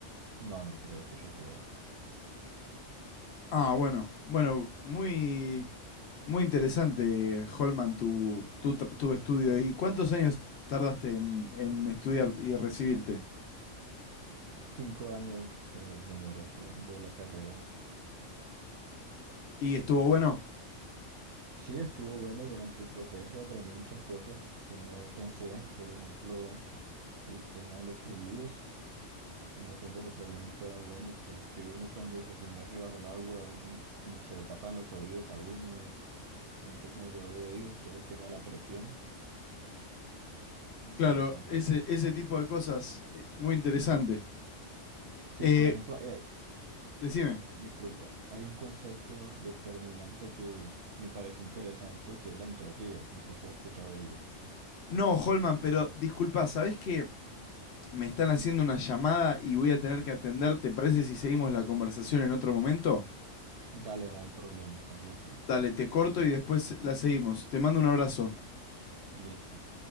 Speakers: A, on the right; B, on the left.
A: No, no creo que se pueda.
B: Ah, bueno, bueno, muy, muy interesante, Holman, tu, tu, tra- tu estudio. ¿Y cuántos años tardaste en, en estudiar y recibirte?
A: Cinco años eh, demoré haciendo la carrera.
B: ¿Y estuvo bueno?
A: Sí, estuvo bueno durante el proceso, aprendí muchas cosas que no pensé, por ejemplo, el tema de los fluidos. Uno siempre se pregunta, bueno, ¿por qué uno cuando se sumerge bajo el agua, uno como que se le tapan los oídos a uno, siente como dolor de oídos, todo el tema de la presión? Interesante
B: Claro, ese,
A: esa.
B: ese tipo de cosas, eh, muy interesante.
A: Sí,
B: Eh,
A: por ejemplo, eh,
B: decime,
A: disculpa, hay un concepto de termodinámica que me parece interesante, que es la entropía. No sé si has escuchado de ella.
B: no, Holman, pero disculpa, ¿sabés que me están haciendo una llamada y voy a tener que atender? ¿Te parece si seguimos la conversación en otro momento?
A: Dale, no hay problema, con gusto.
B: Dale, te corto y después la seguimos. Te mando un abrazo.
A: Listo.